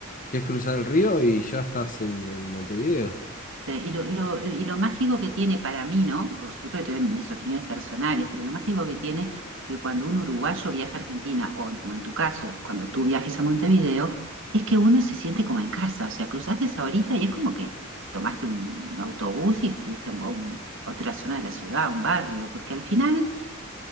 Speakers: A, on the left (about 40°); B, on the right (about 65°).
A: que es cruzar el río y ya estás en, en Montevideo.
B: Eh, Y lo, y lo- y lo mágico que tiene para mí, ¿no? Por supuesto que tengo mis opiniones personales, pero lo mágico que tiene que cuando un uruguayo viaja a Argentina, o en- como en tu caso, cuando tú viajes a Montevideo, es que uno se siente como en casa, o sea, cruzaste esa horita y es como que te tomaste un autobús y fuiste a, un- a un- a otra zona de la ciudad, a un barrio, porque al final